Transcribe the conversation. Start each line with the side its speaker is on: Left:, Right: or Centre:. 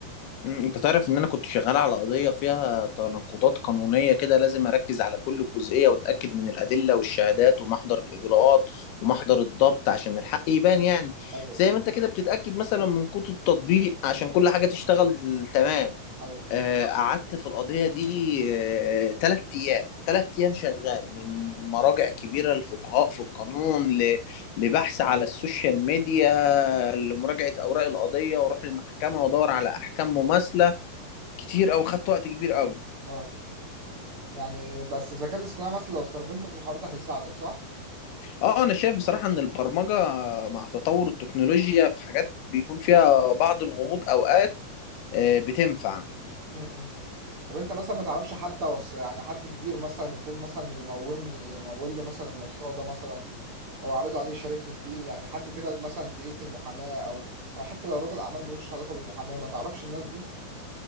Left: مم، انت تعرف ان انا كنت شغال على قضية فيها تناقضات قانونية كده لازم اركز على كل جزئية واتأكد من الادلة والشهادات ومحضر الاجراءات ومحضر الضبط عشان الحق يبان يعني
Right: ايوه
Left: زي ما انت كده بتتأكد مثلا من كود التطبيق عشان كل حاجة تشتغل تمام
Right: ايوه
Left: آه، قعدت في القضية دي آه، تلات أيام تلات أيام شغال من مراجع كبيرة للفقهاء في القانون ل- لبحث على السوشيال ميديا لمراجعة أوراق القضية وأروح المحكمة وأدور على أحكام مماثلة كتير او خدت وقت كبير قوي
Right: اه يعني بس الذكاء الاصطناعي مثلا لو استخدمته في الحوار ده هيساعدك صح؟
Left: اه انا شايف بصراحه ان البرمجه مع تطور التكنولوجيا في حاجات بيكون فيها بعض الغموض اوقات آه، بتنفع
Right: م- م. طب انت مثلا ما تعرفش حد وص... يعني حد كبير مثلا يكون مثلا يمول يمول لي مثلا المشروع ده مثلا او اعرضه عليه يشاركني فيه يعني حد كده مثلا تقيل في المحاماة او او حتى لو راجل اعمال ملوش علاقة بالمحاماة ما تعرفش الناس دي